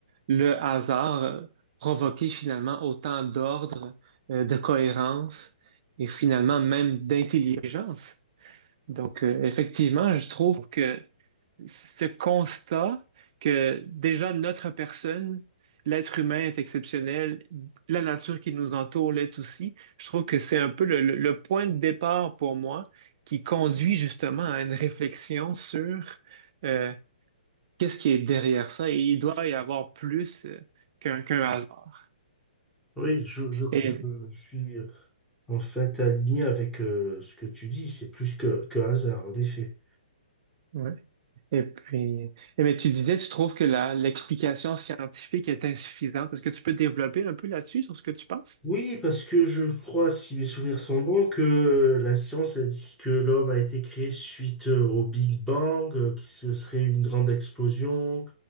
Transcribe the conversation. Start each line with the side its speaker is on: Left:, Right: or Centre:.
Right: le hasard euh, provoquer finalement autant d'ordre, euh, de cohérence et finalement même d'intelligence. Donc, euh, effectivement, je trouve que ce constat que déjà notre personne, l'être humain est exceptionnel, la nature qui nous entoure l'est aussi, je trouve que c'est un peu le, le- le point de départ pour moi qui conduit justement à une réflexion sur... euh, qu'est-ce qui est derrière ça? Et Il doit y avoir plus euh, qu'un qu'un hasard.
Centre: Oui, je, je,
Right: Et,
Centre: je- je suis... En fait, aligné avec euh, ce que tu dis, c'est plus que, que hasard, en effet.
Right: ouais. Et puis, eh bien, tu disais, tu trouves que la, l'explication scientifique est insuffisante. Est-ce que tu peux développer un peu là-dessus, sur ce que tu penses?
Centre: Oui, parce que je crois, si mes souvenirs sont bons, que euh, la science a dit que l'homme a été créé suite euh, au Big Bang, euh, que ce serait une grande explosion.